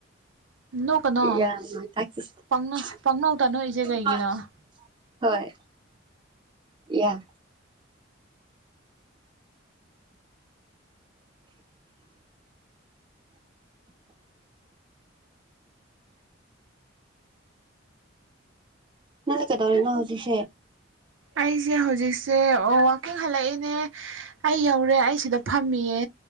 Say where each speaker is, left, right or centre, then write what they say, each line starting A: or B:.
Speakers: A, on the right (about 75°); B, on the right (about 25°).
A: ꯅꯣ ꯀꯩꯅꯣ
B: <unintelligible>
A: ꯄꯪꯅꯣ ꯄꯪꯅꯧ ꯇꯥꯅꯣꯛꯏꯁꯦ ꯀꯩꯒꯤꯅꯣ
B: ꯍꯣꯏ ꯌꯥꯝ ꯅꯪꯗꯤ ꯀꯩꯗꯧꯔꯤꯅ ꯍꯧꯖꯤꯛ
A: ꯑꯩꯁꯦ ꯍꯧꯖꯤꯛꯁꯦ ꯋꯥꯋꯀꯤꯡ ꯍꯜꯂꯛꯏꯅꯦ ꯑꯩ ꯌꯧꯔꯦ ꯑꯩ ꯁꯤꯗ ꯐꯝꯃꯤꯌꯦ